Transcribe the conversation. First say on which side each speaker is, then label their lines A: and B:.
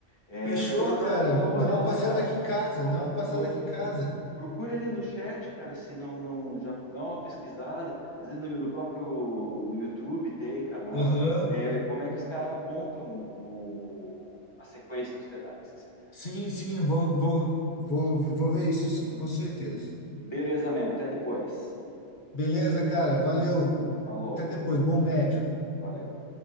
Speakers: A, on the left (about 20°); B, on the left (about 40°).
A: É,
B: Fechou,
A: eu até vou dar,
B: cara.
A: vou dar uma
B: Dá
A: olhada,
B: uma passada
A: cara.
B: aqui em casa.
A: Tô,
B: Dá uma passada
A: tô.
B: aqui em casa.
A: Procura ali no chat, cara, se não, não, já dá uma pesquisada. Às vezes no, no próprio no YouTube tem canal.
B: Aham.
A: É, como é que os caras montam o, a sequência dos pedais que você quer.
B: Sim, sim, vou, vou, vou, vou ver isso sim, com certeza.
A: Beleza, man. Até depois.
B: Beleza, cara. Valeu.
A: Falou,
B: Até depois. Bom médico.
A: valeu.